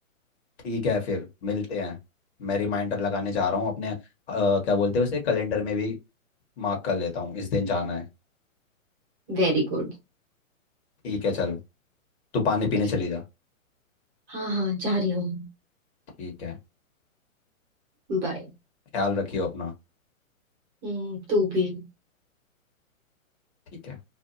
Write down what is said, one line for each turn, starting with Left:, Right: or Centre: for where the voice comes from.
Left: ठीक है फिर मिलते हैं मैं रिमाइंडर लगाने जा रहा हूँ अपने अ, क्या बोलते हैं उसे कैलेंडर में भी मार्क कर लेता हूँ इस दिन जाना है
Right: Very good
Left: ठीक है चल तू पानी पीने
Right: ठीक
Left: चली जा
Right: हाँ हाँ जा रही हूँ
Left: ठीक है
Right: बाय
Left: ख्याल रखियो अपना
Right: हम्म तू भी
Left: ठीक है